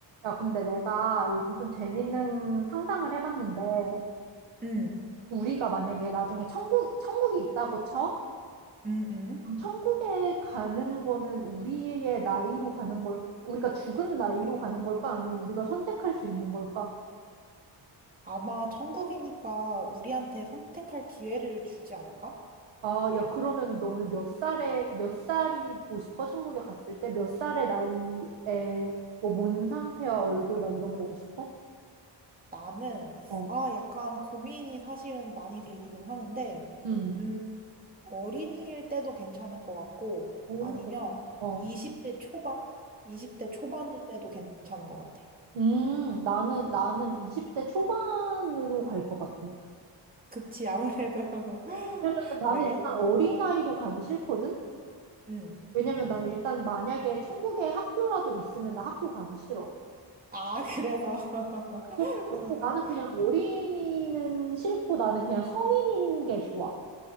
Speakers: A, on the right; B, on the right.
A: 야, 근데 내가 요즘 좀 재밌는 상상을 해봤는데,
B: 응,
A: 우리가 만약에 나중에 천국, 천국이 있다고 쳐?
B: 응, 응.
A: 그럼 천국에 가는 거는 우리의 나이로 가는 걸, 우리가 죽은 나이로 가는 걸까? 아니면 우리가 선택할 수 있는 걸까?
B: 아마 천국이니까 우리한테 선택할 기회를 주지 않을까?
A: 아, 야, 그러면 너는 몇 살에, 몇 살이고 싶어? 천국에 갔을 때? 몇 살의 나이에, 뭐, 몸 상태와 얼굴 막 이런 거고 싶어?
B: 나는,
A: 어,
B: 아, 약간 고민이 사실은 많이 되기는 하는데,
A: 음,
B: 음, 어린이일 때도 괜찮을 것 같고,
A: 오,
B: 아니면
A: 어.
B: 20대 초반? 20대 초반일 때도 괜찮은 것 같아.
A: 음, 나는, 나는 20대 초반으로 갈 것 같아.
B: 그치, 아무래도. <laughs>
A: 왜냐면 나는
B: 왜?
A: 일단 어린아이로 가기 싫거든?
B: 응.
A: 왜냐면 난 일단 만약에 천국에 학교라도 있으면 나 학교 가기 싫어.
B: 아, 그래서.
A: 그래서
B: <laughs>
A: 그렇고 나는 그냥 어린이는 싫고 나는 그냥 성인인 게 좋아.